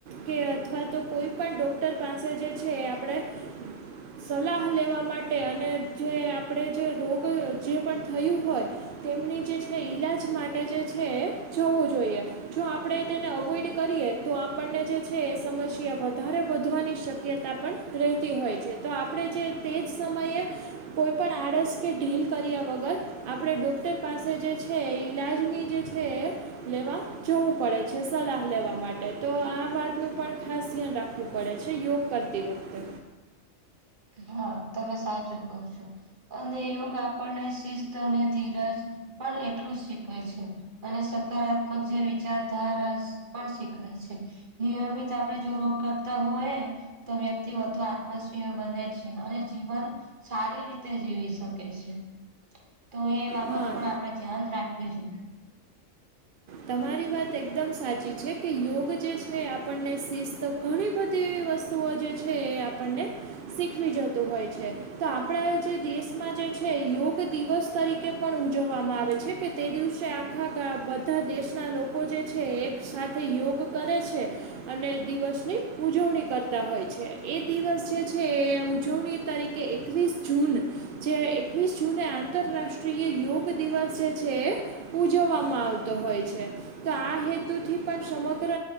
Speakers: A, on the right; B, on the right.
A: કે અથવા તો કોઈ પણ ડોક્ટર પાસે જે છે, એ આપણે
B: <unintelligible>
A: સલાહ લેવા માટે, અને જે આપણે જે રોગ જે પણ થયું હોય. તેમની જે છે, ઈલાજ માટે જે છે, જવું જોઈએ. જો આપણે તેને અવોઈડ કરીએ તો, આપણને જે છે, એ સમસ્યા વધારે વધવાની શક્યતા પણ રહેતી હોય છે તો, આપણે જે તે જ સમયે કોઈપણ આડસ કે ઢીલ કર્યા વગર આપણે ડોક્ટર પાસે જે છે, ઈલાજની જે છે. લેવા જોવું પડે છે, સલાહ લેવા માટે તો આ વાતનું પણ ખાસ ધ્યાન રાખ રાખવું પડે છે, યોગ કરતી વખતે.
B: હા, તમે સાચું કહો છો. અને યોગ આપણને શિસ્ત અને ધીરજ પણ એટલું જ શીખવે છે. અને સકારાત્મક જે વિચારધારા પણ શીખવે છે. નિયમિત આપણે જો રોગ કરતા હોય તો, વ્યક્તિ વધુ આત્મશ્રીય. બને છે, અને જીવન સારી જીવી શકે છે. તો એ બાબત
A: હા
B: પણ આપડે ધ્યાન રાખવી જોઈએ.
A: તમારી વાત એકદમ સાચી છે, કે યોગ જે છે, આપણને શિસ્ત ઘણી બધી એવી વસ્તુઓ જે છે, એ આપણને શીખવી જતું હોય છે. તો આપડા જે દેશ. માં જે છે યોગ દિવસ તરીકે પણ ઉજવવામાં આવે છે કે, તે દિવસે આખા ધા દેશના લોકો જે છે, એક સાથે યોગ કરે છે. અને દિવસની ઉજવણી કરતા હોય છે, એ દિવસ જે છે, એ ઉજવણી તરીકે કે એકવીસ જૂન જે એકવીસ જૂને આંતરરાષ્ટ્રીય યોગ દિવસ જે છે, એ ઉજવવામાં આવતો હોય છે. તો આ હેતુથી પણ સમગ્ર